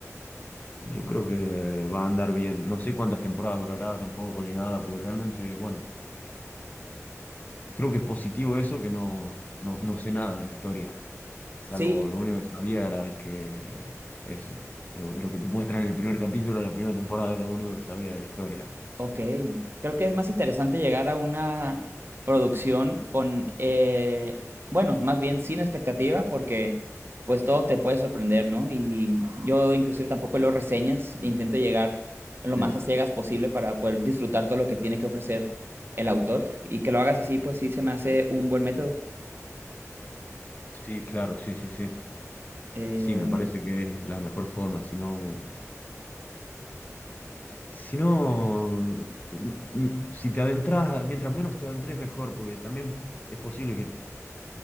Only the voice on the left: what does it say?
yo creo que va a andar bien. No sé cuántas temporadas durará tampoco ni nada, porque realmente, bueno, creo que es positivo eso que no, no, no sé nada de la historia. Salvo
lo único que sabía era que eso, lo, lo que te muestran en el primer capítulo de la primera temporada era lo único que sabía de la historia.
Sí,
sí, claro, sí, sí, sí.
Sí, me parece que es la mejor forma, si no, si no, m- m- si te adentras, mientras menos te adentres mejor, porque también es posible que